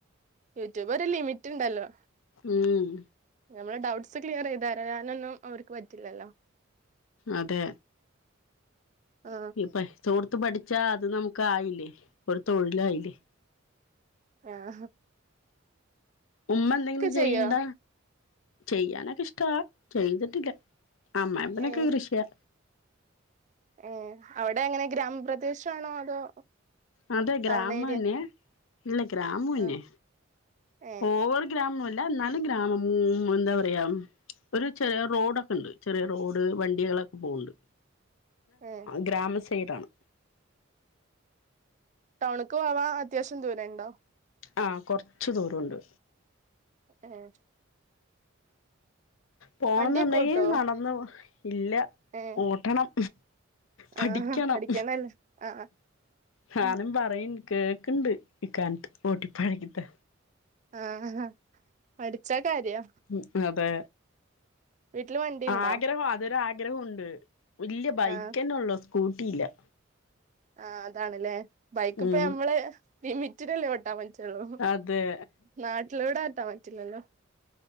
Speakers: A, on the right; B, on the left.
A: യൂട്യൂബ് ഒരു ലിമിറ്റ് ഉണ്ടല്ലോ
B: ഉം
A: നമ്മള് ഡൗട്ട്സ് ക്ലിയർ ചെയ്ത് തരാനൊന്നും അവർക്ക് പറ്റില്ലല്ലോ
B: അതെ
A: ആ
B: ഇപ്പ പഠിച്ചോർത്ത് പഠിച്ചാ അത് നമുക്കായില്ലേ ഒരു തൊഴിലായില്ലേ
A: ആഹ്
B: ഉമ്മ എന്തെങ്കിലും ചെയ്യണ്ട
A: ചെയ്യോ
B: ചെയ്യാനൊക്കെ ഇഷ്ട ചെയ്തിട്ടില്ല അമ്മ അനപനൊക്കെ
A: ഏ
B: കൃഷിയാ
A: ഏഹ് അവിടെ എങ്ങനെ ഗ്രാമപ്രദേശ ആണോ അതോ
B: അതെ ഗ്രാമന്നെ
A: ടൗൺ ഏരിയ
B: ഇല്ല ഗ്രാമംന്നെ
A: ആ ഏ
B: ഓവർ ഗ്രാമ അല്ല എന്നാലും ഗ്രാമ എന്താ പറയാ ഒരു ചെറിയ റോഡൊക്കെ ഉണ്ട് ചെറിയ റോഡ് വണ്ടികളൊക്കെ പോകണ്ട്
A: ഏ
B: ഗ്രാമ സൈഡ ആണ്
A: ടൗണ്ക്ക് പോവാം അത്യാവശ്യം ദൂരണ്ടോ
B: ആഹ് കൊർച്ച് ദൂരുണ്ട്
A: ഏഹ്
B: പോണംന്ന്ണ്ടെങ്കി
A: വണ്ടിയൊക്കെ ഓട്ടോ
B: നടന്ന് പോ ഇല്ലാ
A: ഏ
B: ഓട്ടണം പഠിയ്ക്കണം
A: ആ പഠിക്കണല്ലേ ആ
B: ഹാനും
A: ഉം
B: പറയും കേക്ക്ണ്ട് ഇക്കാൻത്ത് ഓട്ടിപ്പഠിക്കത്തെ
A: ആഹ് ഹഹാ പഠിച്ചാ കാര്യാ
B: ഉം അതെ
A: വീട്ടില് വണ്ടിണ്ടോ
B: ആഗ്രഹം അതൊരാഗ്രഹാെണ്ട് വല്യ ബൈക്കെന്നെള്ളൂ
A: ആഹ്
B: കൂട്ടിയില്ലാ
A: ആഹ് അതാണ്ലേ ബൈക്ക്പ്പ
B: ഉം
A: ഞമ്മള് വി വിറ്റിത്‌ല്ലേ പ ട്ടാൻ പറ്റാെള്ളൂ
B: അതെ
A: നാട്ടിലൂടെ ഓട്ടാൻ പറ്റില്ലല്ലോ